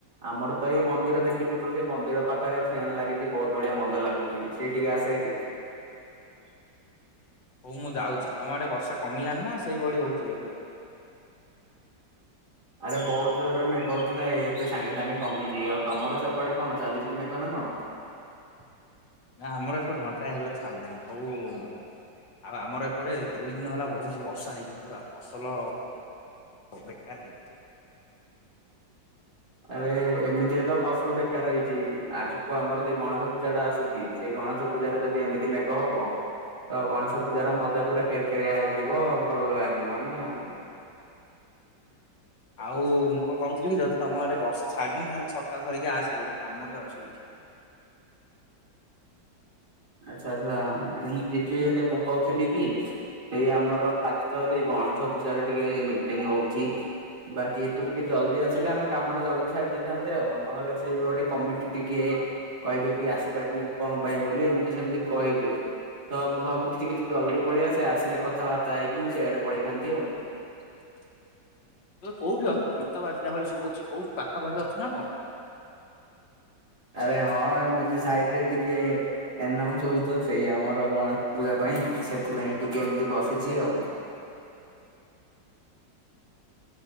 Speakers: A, on the right (about 30°); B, on the left (about 75°).
A: ଆମର ତ ଏଇ ମନ୍ଦିର ଦେଖିଥିବୁ ସେ ମନ୍ଦିର ପାଖରେ ଫ୳୲ନ୍ ଲାଗିଚି। ବହୁତ ବଢିଆ ମଜା ଲାଗୁଛି ସେଇ ଟିକି ଆସ। ହେରି।
B: <inaudible> ହଉ ମୁଁ ଯାଉଚି ତମ ଆଡେ ବର୍ଷା କମିଲାଣି ନା ସେଇଭଳି ହଉଛି ଏବେ ବି?
A: ଆରେ ବହୁତ ଜୋରରେ ମେଘ ହଉଥିଲା। ଏବେ ସାଙ୍ଗେ ସାଙ୍ଗେ କମିଛି ଆଉ ତମର ସେପଟେ କଣ ଚାଲିଛି ମେଘ ନା। କଣ?
B: <inaudible> ନା ଆମର ଏପଟେ ଘଣ୍ଟାଏ ହେଲା ଛାଡିଲାଣି। ହଉ ଆଉ ଆମର ଏପଟେ ଦୁଇ ଦିନ ହେଲା ବହୁତ ବର୍ଷା ହେଇଛି ପୁରା। ଫସଲ ବେକାର ହେଇଥିଲା।
A: ଆରେ ଏମିତିରେ ତ ଫସଲ ବେକାର ହେଇଚି। ଆଗକୁ ଆମର ସେ ଗଣେଶ ପୂଜା ଟା ଆସୁଚି। ସେ ଗଣେଶ ପୂଜାରେ ଯଦି ଏମିତି ମେଘ ହବ। ତ ଗଣେଶ ପୂଜାର ମଯା ପୁରା କେର କେରିଆ ହେଇଯିବ ଭଲ ଲାଗିବନି ଆଉ।
B: ଆଉ ମୁଁ କଣ କହୁଥିଲି କି ଯଦି ତମ ଆଡେ ବର୍ଷ ଛାଡିନି ତାହେଲେ ଛତା ଧରିକି ଆସେ ଗୋଟେ କାମଟେ ଅଛି ଏଇଠି। <inaudible>
A: ଆଚ୍ଛା ଆଚ୍ଛା ମୁଁ ଯିବି ହେଲେ ମୁଁ କହୁଥିଲି କି ସେଇ ଆମର ଆଜି ତ ସେଇ ଗଣେଶ ପୂଜାର ଟିକେ ମିଟିଂ ହଉଚି ବାକି ତୁ ଟିକେ ଜଲଦି ଆସିଲେ ଆମେ କାମ ଟା ଜଲଦି ସାରି ଦେଇଥାନ୍ତେ ଆଉ ନହେଲେ ସେଇ ଗୋଟେ କମିଟି ଟିକେ କହିବେ କି ଆସିପାରିଲୁନି କଣ ପାଇଁ ବୋଲି ଏମିତି ସେମିତି କହିବେ। ତ ମୁଁ ଭାବୁଚି ଟିକେ ତୁ ଜଲଦି ପଳେଇଆସେ, ଆସିଲେ କଥାବାର୍ତ୍ତା ହେଇକି ମୁଁ ସେଆଡେ ପଳେଇଥାନ୍ତି ଆଉ।
B: <inaudible> କୋଉଠି ଅଛୁ ଗିତ ବାଜିଲା ଭଳି ସୁଭୁଚି କୋଉଠି ପାଖାପାଖି ଅଛୁ ନା କଣ?
A: ଆରେ ହଁ ଏମିତି ସାଇଡରେ ଟିକେ ଏନାଉଁଶ ହଉଚି ତ। ସେଇ ଆମର ଗଣେଶ ପୂଜା ପାଇଁ ସେଥିପାଇଁ ଟିକେ ଏମତି ବସିଛି ଆଉ।